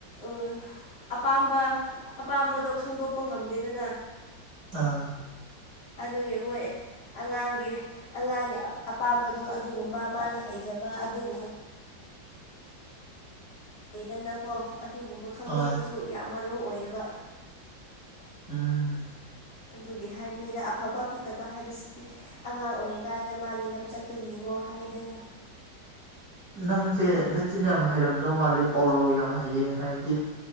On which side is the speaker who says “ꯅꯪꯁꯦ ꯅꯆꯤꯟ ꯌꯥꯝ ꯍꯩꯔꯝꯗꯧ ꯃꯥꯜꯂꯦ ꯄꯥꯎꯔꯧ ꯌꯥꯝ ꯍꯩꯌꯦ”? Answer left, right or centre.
Right